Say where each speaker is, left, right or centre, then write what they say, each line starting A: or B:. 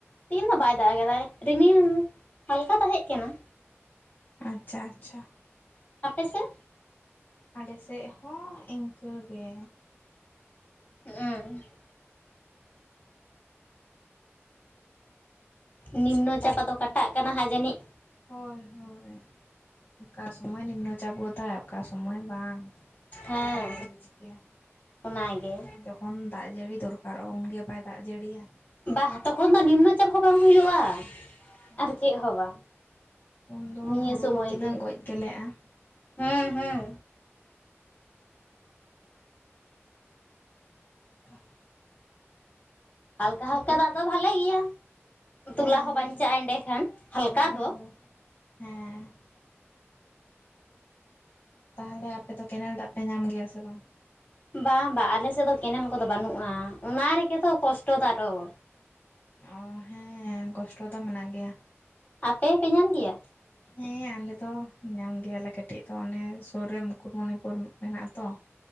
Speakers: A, on the left; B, on the left.
A: ᱛᱤᱦᱤᱱ ᱦᱚᱸ ᱵᱟᱭ ᱫᱟᱜ ᱠᱟᱫᱟᱭ ᱨᱤᱢᱤᱞ ᱦᱟᱞᱠᱟ ᱛᱟᱦᱮᱸ ᱠᱟᱱᱟ᱾
B: ᱟᱪᱪᱷᱟ ᱟᱪᱪᱷᱟ᱾
A: ᱟᱯᱮ ᱥᱮᱫ
B: ᱟᱞᱮᱥᱮᱫ ᱦᱚᱸ ᱤᱱᱠᱟᱹᱜᱮ
A: ᱦᱮᱸ ᱮᱸ ᱱᱤᱢᱱᱚ
B: ᱛᱟᱨᱯᱚᱨᱮ
A: ᱪᱟᱯᱟᱛ ᱫᱚ ᱠᱟᱴᱟᱜ ᱠᱟᱱᱟ ᱦᱟᱸᱜ ᱡᱟᱹᱱᱤᱡ
B: ᱦᱳᱭ ᱦᱳᱭ ᱚᱠᱟ ᱥᱚᱢᱚᱭ ᱱᱤᱢᱱᱚ ᱪᱟᱯᱟᱛ ᱛᱟᱦᱮᱸᱜ ᱚᱠᱟ ᱥᱚᱢᱚᱭ ᱵᱟᱝ
A: ᱦᱮᱸ
B: ᱚᱸᱦᱚᱸ ᱵᱮᱱ ᱵᱩᱡᱽ ᱠᱮᱭᱟ
A: ᱚᱱᱟᱜᱮ
B: ᱡᱚᱠᱷ ᱠᱷᱚᱱ ᱫᱟᱜ ᱡᱟᱹᱲᱤ ᱫᱚᱨᱠᱟᱨᱚᱜ-ᱟ ᱩᱱᱜᱮ ᱵᱟᱭ ᱫᱟᱜ ᱡᱟᱹᱲᱤᱭᱟ᱾
A: ᱵᱟᱦ ᱦᱟᱛᱚ ᱠᱷᱚᱱ ᱫᱚ ᱱᱤᱢᱱᱚ ᱪᱟᱯ ᱦᱚᱸ ᱵᱟᱝ ᱦᱩᱭᱩᱜ-ᱟ? ᱟᱨ
B: ᱵᱟᱵᱟ
A: ᱪᱮᱫ ᱦᱚᱸ ᱵᱟᱝ
B: ᱩᱱᱫᱚ
A: ᱱᱤᱭᱟᱹ
B: ᱦᱩᱲᱩ
A: ᱥᱚᱢᱚᱭ
B: ᱠᱚ ᱛᱤᱱᱟᱹᱜ
A: ᱜᱮ
B: ᱜᱚᱡ ᱜᱮᱞᱮᱜᱼᱟ
A: ᱦᱩᱸ ᱦᱩᱸ
B: <inaudible>
A: ᱦᱟᱞᱠᱟ
B: ᱛᱟᱯᱚᱨᱮ
A: ᱦᱟᱞᱠᱟ ᱫᱟᱜ
B: ᱦᱮᱸ
A: ᱫᱚ ᱵᱷᱟᱞᱮ ᱜᱮᱭᱟ ᱛᱩᱞᱟ
B: ᱦᱮᱸ
A: ᱦᱚᱸ ᱵᱟᱧᱪᱟᱜ-ᱟ ᱮᱸᱰᱮᱠᱷᱟᱱ ᱦᱟᱞᱠᱟ
B: ᱦᱳᱭ
A: ᱫᱚ᱾
B: ᱦᱳᱭ ᱦᱮᱸ ᱛᱟᱦᱚᱞᱮ ᱟᱯᱮ ᱫᱚ ᱠᱮᱱᱮᱞ ᱫᱟᱜ ᱯᱮ ᱧᱟᱢ ᱜᱮᱭᱟ ᱥᱮ ᱵᱟᱝ
A: ᱵᱟᱝ ᱵᱟᱝ ᱟᱞᱮᱥᱮᱫ ᱫᱚ ᱠᱮᱱᱮᱞ ᱠᱚᱫᱚ ᱵᱟᱹᱱᱩᱜ-ᱟ ᱚᱱᱟ ᱨᱮᱜᱮ ᱛᱚ ᱠᱚᱥᱴᱚ ᱫᱚ ᱟᱨᱦᱚᱸ
B: ᱚ ᱦᱮᱸ ᱠᱚᱥᱴᱚ ᱫᱚ ᱢᱮᱱᱟᱜ ᱜᱮᱭᱟ᱾
A: ᱟᱯᱮ ᱯᱮ ᱧᱟᱢ ᱜᱮᱭᱟ᱾
B: <inaudible> ᱦᱮᱸ ᱟᱞᱮ ᱫᱚ ᱧᱟᱢ ᱜᱮᱭᱟᱞᱮ ᱠᱟᱹᱴᱤᱡ ᱫᱚ ᱚᱱᱮ ᱥᱩᱨ ᱨᱮ ᱢᱩᱠᱩᱴᱢᱩᱱᱤᱯᱩᱨ ᱦᱮᱱᱟᱜ-ᱟ ᱛᱚ᱾